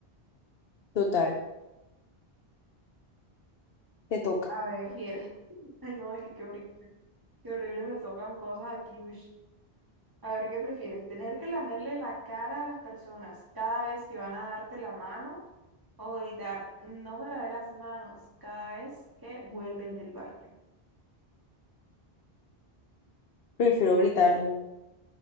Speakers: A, on the left; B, on the right.
A: Total, te toca.
B: A ver, ¿qué ¿prefieres? <laughs> Ay, no, es que qué horrible. Qué horrible me tocan cosas aquí, uish. A ver, ¿qué prefieres? ¿Tener que lamerle la cara a las personas cada vez que van a darte la mano o gritar, no me lavé las manos cada vez que vuelves del baño?
A: Prefiero gritarlo.